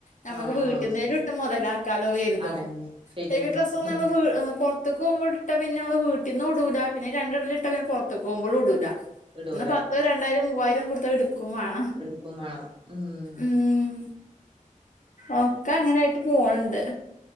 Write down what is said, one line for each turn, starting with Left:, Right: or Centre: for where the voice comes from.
Left: നമുക്ക്
Right: ആഹ്
Left: വീട്ടുന്നേലും
Right: ആഹ്
Left: ഇട്ട് മുതലാക്കാലോ കരുതും
Right: അതന്നെ ശരിയാണ്
Left: ഹെവി ഡ്രസ്സോന്നും നമ്മൾ വീട്ട് പുറത്തക്ക് പോക്പോ ഇട്ടാ പിന്നെ നമ്മള് വീട്ടന്ന് ഇടൂല പിന്നെ രണ്ടിടലിട്ടാ പിന്നെ പുറത്തു പോക്പോൾ ഇടൂല
Right: ഇടൂല
Left: ഇത് രണ്ടായിരം മൂവായിരം കൊടുത്തടുക്കും വേണം
Right: എടുക്കും വേണം ഉം
Left: ഉം ഒക്കെ അങ്ങനൊയായിട്ട് പോണണ്ട്